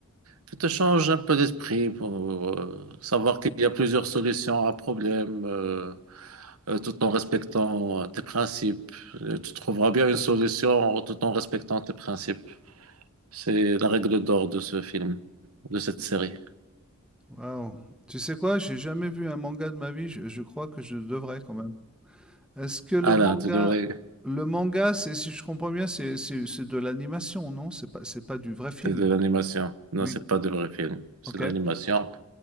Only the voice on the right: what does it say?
qui te change un peu d'esprit pour euh, savoir qu'il y a plusieurs solutions à un problème, euh, euh, tout en respectant euh, tes principes. Euh, Tu trouveras bien une solution tout en respectant tes principes. C'est la règle d'or de ce film, de cette série.
Ah
là, tu devrais.
C'est de l'animation. Non,
c'est pas de vrai film. C'est
de
l'animation.